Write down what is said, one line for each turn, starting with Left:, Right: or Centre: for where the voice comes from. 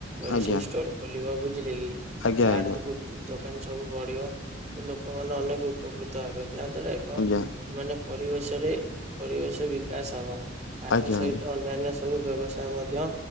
Right: ମେଡିସିନ୍
Left: ଆଜ୍ଞା
Right: ଷ୍ଟୋର ଖୋଲିବ ବୁଝିଲେ କି?
Left: ଆଜ୍ଞା
Right: ଚାଟ୍
Left: ଆଜ୍ଞା
Right: ଜେଦି ଗୁପଚୁପ୍ ଦୋକାନ୍ ସବୁ ପଡିବ ତ ଲୋକମାନେ ଅନେକ ଉପକୃତ ହେବେ ଯାହା ଦ୍ଵାରା କ
Left: ଆଜ୍ଞା
Right: ମାନେ ପରିବେଶରେ ପରିବେଶ ବିକାଶ୍ ହବ ପାଠ
Left: ଆଜ୍ଞା
Right: ସଇତ
Left: ଆଜ୍ଞା
Right: ଅନ୍ୟାନ୍ୟ ସବୁ ବ୍ୟବସାୟ ମଧ୍ୟ